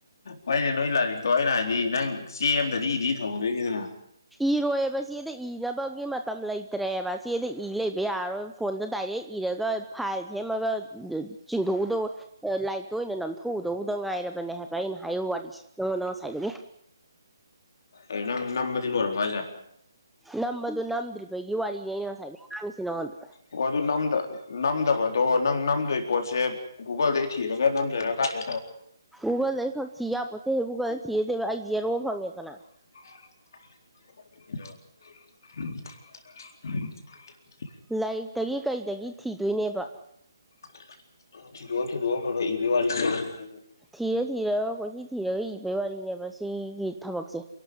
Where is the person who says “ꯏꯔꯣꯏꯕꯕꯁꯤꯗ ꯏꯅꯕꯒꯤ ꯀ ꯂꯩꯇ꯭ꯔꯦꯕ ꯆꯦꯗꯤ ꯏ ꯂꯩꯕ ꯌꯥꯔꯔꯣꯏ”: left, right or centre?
Centre